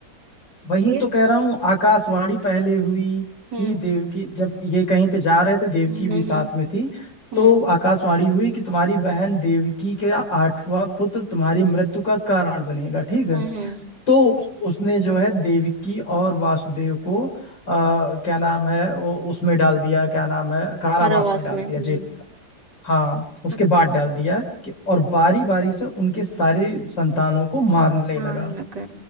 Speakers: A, on the left; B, on the right.
A: वही
B: फिर
A: तो कह रहा हूँ आकाशवाणी पहले हुई
B: हम्म
A: कि देवकी जब ये कहीं पे जा रहे थे देवकी
B: हम्म
A: भी
B: हम्म
A: साथ में थी
B: हम्म
A: तो आकाशवाणी हुई कि तुम्हारी बहन देवकी का आठवां पुत्र तुम्हारी मृत्यु का कारण बनेगा ठीक है
B: हम्म हम्म,
A: तो उस- उसने जो है देवकी और वासुदेव को आ, क्या नाम है वो उसमें डाल दिया क्या नाम है कारावास
B: कारावास
A: में डाल
B: में
A: दिया
B: हम्म
A: जेल हाँ उसके
B: अच्छा
A: बाद डाल दिया कि और बारी बारी से उनके सारे संतानों को मारने
B: मारने
A: लगा
B: लगे